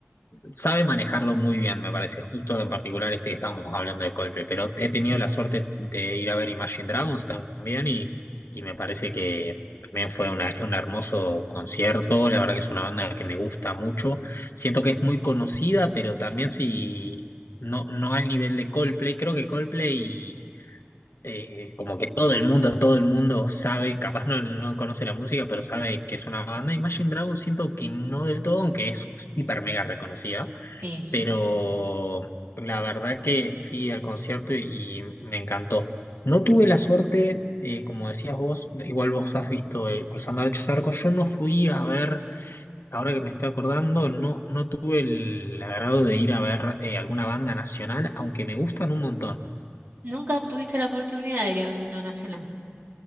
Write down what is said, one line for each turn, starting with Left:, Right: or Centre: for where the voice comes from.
Left: Sabe manejarlo muy bien, me parece. Justo en particular este que estábamos hablando de Coldplay, pero he tenido la suerte de ir a ver Imagine Dragons también y, y me parece que también fue una- un hermoso concierto. La verdad que es una banda que me gusta mucho. Siento que es muy conocida, pero también si no, no al nivel de Coldplay. Creo que Coldplay, eh, como que todo el mundo, todo el mundo sabe, capaz no, no conoce la música, pero sabe que es una banda. Imagine Dragons siento que no del todo, aunque es hiper mega reconocida
Right: Sí.
Left: pero la verdad que fui al concierto y, y me encantó. No tuve la suerte, eh, como decías vos, igual vos has visto el Cruzando el Charco, yo no fui a ver, ahora que me estoy acordando, no, no tuve el agrado de ir a ver eh, alguna banda nacional, aunque me gustan un montón.
Right: ¿Nunca tuviste la oportunidad de ir a ver una nacional?